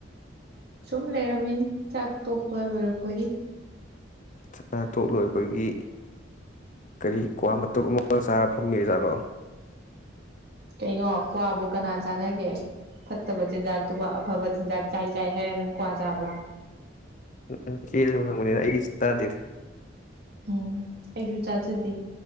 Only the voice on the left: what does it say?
ꯆꯥꯊꯣꯛ ꯂꯣꯏꯕꯒꯤ ꯀꯔꯤ ꯀ꯭ꯋꯥ ꯃꯇ ꯑꯃꯒ ꯆꯥꯔ ꯐꯝꯃꯤꯔꯤꯖꯥꯠꯅꯣ
ꯎꯝ ꯏꯦ ꯑꯗꯨ ꯍꯪꯕꯅꯤꯅ ꯑꯩꯗꯤ ꯆꯥꯗꯦꯗ